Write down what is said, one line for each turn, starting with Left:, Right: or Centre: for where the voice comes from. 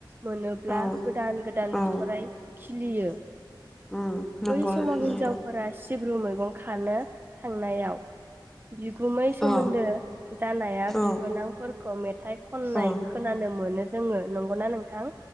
Right: मोनोब्ला
Centre: औ
Right: गोदान गोदान
Centre: औ
Right: बिथराइ खिलियो।
Centre: उम नंगौ
Right: बै समाव
Centre: नोंथां
Right: हिनजावफोरा
Centre: नंगौ
Right: सिब्रु मै गं खानो थांनायाव बिगुमै सोमोन्दो
Centre: औ
Right: जानाया
Centre: औ
Right: बिबोनां फोरखौ मेथाइ खननाय
Centre: औ
Right: खोनानो मोनो जोङो नंगौना नोंथां?